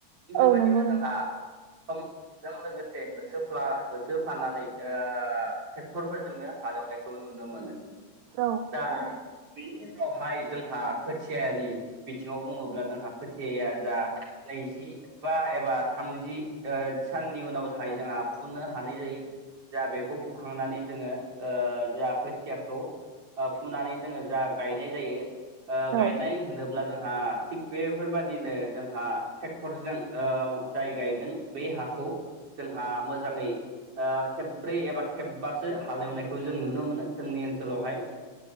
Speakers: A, on the right; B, on the right.
A: थिग बेबायदिनो
B: औ नंगौ नोंथां
A: जोंहा समजों लोगोस से होसोफ्ला होसोफानानै ओ ट्रेक्टरफोरजोंनो हालेवनायखौ नुनो मोनो
B: औ
A: दा बिनि उनावहाय जोंहा खोथियानि बिथिङाव बुङोब्ला जोंहा खोथियाया जा नैजि बा एबा थामजि ओ साननि उनाव जाहाय जोंहा फुनो हानाय जायो जा बेखौ फुखांनानै जोङो ओ जा खोथियाखौ ओ फुनानै जोङो जा गायनाय जायो ओ गायनाय
B: औ
A: होनोब्ला जोंहा थिग बेफोरबादिनो जोंहा ट्रेक्टरजों ओ जाय गायगोन बे हा खौ जोंहा मोजाङै ओ खेब्रै एबा खेबबासो हालेवनायखौ जों नुनो मोनो जोंनि ओन ओनसोलावहाय